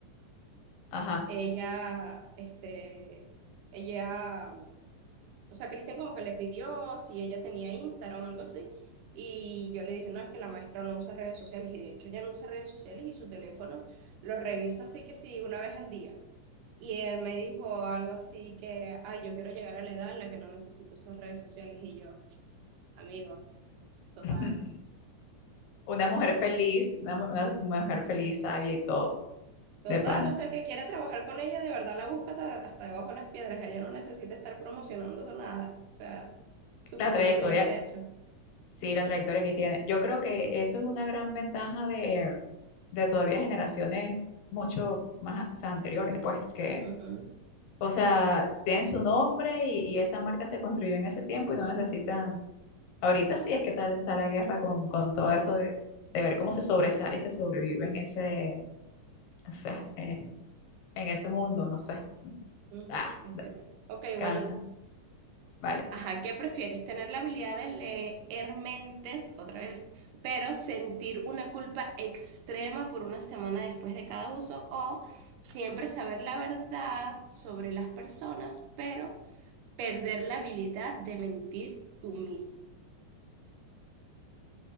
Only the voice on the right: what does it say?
ella, este, ella, o sea, Cristian como que le pidió si ella tenía Instagram o algo así. Y yo le dije, no, es que la maestra no usa redes sociales. Y de hecho, ya no usa redes sociales y su teléfono lo revisa así que sí, una vez al día. Y él me dijo algo así que, ay, yo quiero llegar a la edad en la que no necesito usar redes sociales. Y yo, amigo, total,
total,
o sea, el que quiere trabajar con ella, de verdad la busca hasta, hasta debajo de las piedras. Ella no necesita estar promocionando nada. O sea, su
currículo
ya está hecho.
Ujú,
ujú,
tristemente.
Ok,
voy yo.
Ajá, ¿qué prefieres? ¿Tener la habilidad de leer mentes otra vez, pero sentir una culpa extrema por una semana después de cada uso? ¿O siempre saber la verdad sobre las personas, pero perder la habilidad de mentir tú mismo?